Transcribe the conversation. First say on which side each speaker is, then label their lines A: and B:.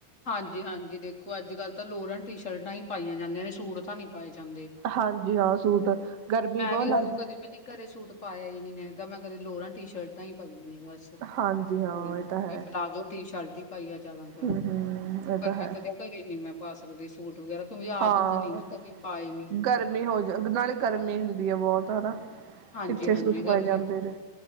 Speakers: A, on the left; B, on the right.
A: ਹਾਂਜੀ-ਹਾਂਜੀ ਦੇਖੋ ਅੱਜ ਕੱਲ੍ਹ ਤਾਂ ਲੋਰਾਂ ਟੀ ਸ਼ਰਟਾਂ ਈ ਪਾਈਆਂ ਜਾਂਦੀਆਂ ਨੇ ਸੂਟ ਤਾਂ ਨੀ ਪਾਏ ਜਾਂਦੇ।
B: ਹਾਂਜੀ ਹਾਂ ਸੂਟ ਗਰਮੀ
A: ਮੈਂ
B: ਬਹੁਤ
A: ਵੀ ਦੇਖੋ
B: ਲੱਗਦੀ
A: ਕਦੇ ਮੈਨੇ ਘਰੇ ਸੂਟ ਪਾਇਆ ਈ ਨੀ ਹੈਗਾ ਮੈਂ ਕਦੇ ਲੋਰਾਂ ਟੀ ਸ਼ਰਟਾਂ ਈ ਪਾਈਆ ਨੇ ਬਸ। ਤੇ
B: ਹਾਂਜੀ ਹਾਂ ਇਹ ਤਾਂ ਹੈ
A: ਪਲਾਜ਼ੋ ਟੀ ਸ਼ਰਟ ਈ ਪਾਈ ਆ ਜ਼ਿਆਦਾਤਰ।
B: ਹਮ ਹਮ ਇਹ
A: ਪਰ
B: ਤਾਂ ਹੈ
A: ਮੈਂ ਕਦੇ ਘਰੇ ਨੀ ਮੈਂ ਪਾ ਸਕਦੀ ਸੂਟ ਵਗੈਰਾ। ਕਿਉਂਕਿ ਆਦਤ
B: ਹਾਂ
A: ਨੀ ਨਾ ਕਦੇ ਪਾਏ ਨੀ।
B: ਗਰਮੀ ਹੋ ਜਾ ਨਾਲੇ ਗਰਮੀ ਹੁੰਦੀ ਆ ਬਹੁਤ ਹਨਾ।
A: ਹਾਂਜੀ-ਹਾਂਜੀ
B: ਕਿੱਥੇ ਸੂਟ
A: ਗਰਮੀ
B: ਪਾਏ ਜਾਂਦੇ ਨੇ।